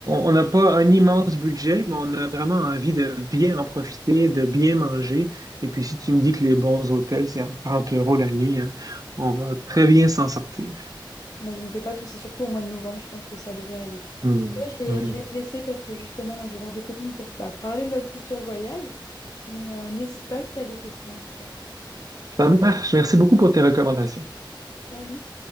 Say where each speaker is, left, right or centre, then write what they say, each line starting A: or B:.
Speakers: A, on the right; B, on the left.
A: on n'a pas un immense budget, mais on a vraiment envie de bien en profiter, de bien manger. Et puis, si tu me dis que les bons hôtels, c'est à 30 euros la nuit, hein, on va très bien s'en sortir.
B: Bah, je me fais pas de soucis, surtout au mois de novembre, je pense que ça devrait aller.
A: Hmm.
B: En tout cas, je vais,
A: Oui.
B: je vais te laisser parce que justement, moi, je vais voir des copines pour bah, parler de notre futur voyage. Mais euh, n'hésite pas si tu as des questions, en tout cas.
A: Ça marche. Merci beaucoup pour tes recommandations.
B: Salut!